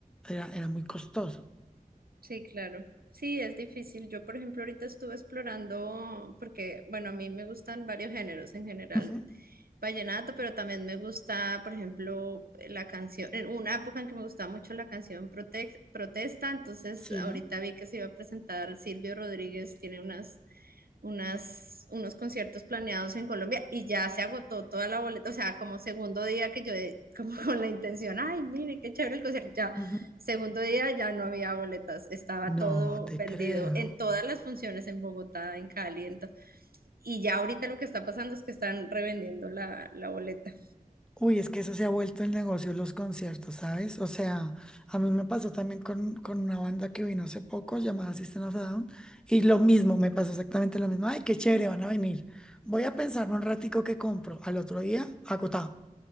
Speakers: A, in the centre; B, on the right (about 80°).
A: era, era muy costoso.
B: Sí, claro. Sí, es difícil. Yo, por ejemplo, ahorita estuve explorando, porque, bueno, a mí me gustan varios géneros en general,
A: Ujú.
B: vallenato, pero también me gusta, por ejemplo, la canción, en una época en que me gustaba mucho la canción Prote- Protesta, entonces
A: Sí.
B: ahorita vi que se iba a presentar Silvio Rodríguez, tiene unas unas, unos conciertos planeados en Colombia y ya se agotó toda la boleta, o sea, como segundo día que yo, <laughs> de- como con la intención, ay, mire, qué chévere el concierto, ya,
A: Ujú.
B: segundo día ya no había boletas, estaba
A: No
B: todo
A: te
B: vendido
A: creo.
B: en todas las funciones en Bogotá, en Cali, en to- y ya ahorita lo que está pasando es que están revendiendo la, la boleta.
A: Uy, es que eso se ha vuelto el negocio, los conciertos, ¿sabes? O sea, a mí me pasó también con, con una banda que vino hace poco llamada System of a Down y lo mismo, me pasó exactamente lo mismo. Ay, qué chévere, van a venir. Voy a pensar un ratico que compro. Al otro día, agotado